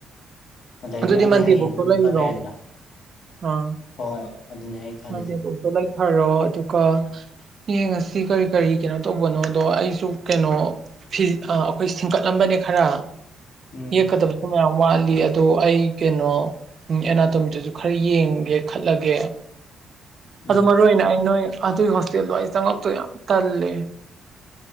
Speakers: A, on the left; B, on the right.
A: ꯑꯗꯩꯗꯤ
B: ꯑꯗꯨꯗꯤ
A: ꯑꯩꯗꯤ
B: ꯃꯥꯟꯇꯦ
A: ꯍꯌꯦꯡꯁꯨ
B: ꯣꯛꯇ
A: ꯑꯃꯨꯛꯀ
B: ꯂꯩ ꯂꯑꯣ
A: ꯂꯩꯔꯦꯗꯅ
B: ꯑꯥ
A: ꯍꯣꯏ ꯑꯗꯨꯅꯦ ꯑꯩ ꯈꯜꯂꯤꯁꯦ
B: ꯃꯗꯤꯄꯨꯔꯗꯣ ꯂꯩꯊꯔꯣ ꯑꯗꯨꯒ ꯌꯦꯡꯉꯁꯤ ꯀꯔꯤ ꯀꯔꯤ ꯀꯩꯅꯣ ꯇꯧꯕꯅꯣꯗꯣ ꯑꯩꯁꯨ ꯀꯩꯅꯣ ꯐꯤ ꯑ ꯑꯩꯈꯣꯏ ꯁꯤꯡꯀꯠꯂꯝꯕꯅꯦ ꯈꯔ
A: ꯎꯝ
B: ꯌꯦꯛꯀꯗꯕꯁꯨ ꯃꯌꯥꯝ ꯋꯥꯠꯂꯤ ꯑꯗꯣ ꯑꯩ ꯀꯩꯅꯣ ꯑꯦꯅꯥꯇꯣꯃꯤꯇꯁꯨ ꯈꯔ ꯌꯦꯡꯒꯦ ꯈꯠꯂꯒꯦ ꯑꯗꯨ
A: ꯎꯝ
B: ꯃꯔꯨ ꯑꯣꯏꯅ ꯑꯩ ꯅꯣꯏ ꯑꯗꯨꯒꯤ ꯍꯣꯁꯇꯦꯜꯗꯣ ꯑꯩ ꯆꯪꯉꯛꯇꯣ ꯌꯥꯝ ꯇꯜꯂꯦ